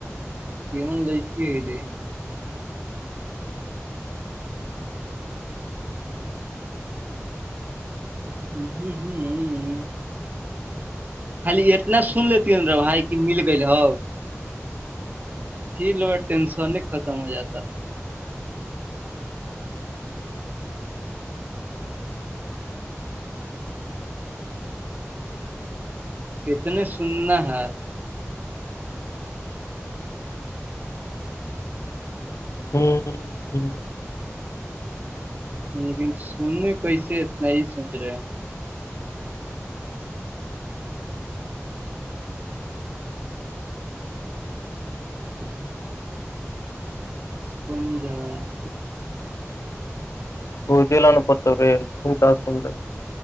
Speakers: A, on the right (about 35°); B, on the left (about 80°).
A: کین لک ہےے <unintelligible> ھمم ھمم خالی اتنا سن لیتی ن را بھائی کی مل گل ہو ہی لوگ ہے ٹینشن ہی ختم ہو جاتا اتنے سننا ہے
B: ہ ہ
A: لیکن سننے کیسے اتنا ہی سوچ رہے ہیں <inaudible> <inaudible>
B: پ جی ل ن پت ری سنتااسن <unintelligible>